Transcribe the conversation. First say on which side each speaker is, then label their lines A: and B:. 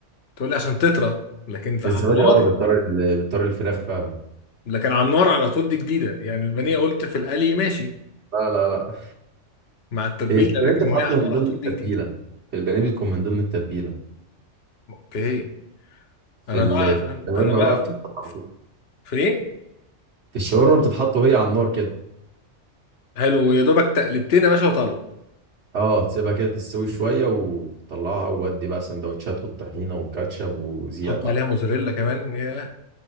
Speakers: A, on the left; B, on the right.
A: تقول لي عشان تطرى لكن في
B: الزبادي
A: على النار
B: اه بتطري ال- بتطري الفراخ فعلا
A: لكن على النار على طول دي جديده يعني البانيه قلت في القلي ماشي
B: لا لا لا
A: مع التتبيله
B: هي في البانيه
A: لكن
B: بتتحط
A: وهي على
B: من
A: النار
B: ضمن
A: على طول
B: التتبيله
A: دي جديده
B: في البانيه بتكون من ضمن التتبيله
A: اوكي
B: في
A: انا
B: ال-
A: بقى
B: في
A: انا
B: الشاورما
A: أنا بقى
B: بقى
A: في
B: بتتحط على طول
A: في ايه
B: في الشاورما بتتحط وهي على النار كده
A: حلو يا دوبك تقلبتين يا باشا وطلع
B: اه تسيبها كده تستوي شويه وطلعها وودي بقى سندوتشات والطحينه والكاتشب وزيع
A: حط
B: بقى
A: عليها موزاريلا كمان يا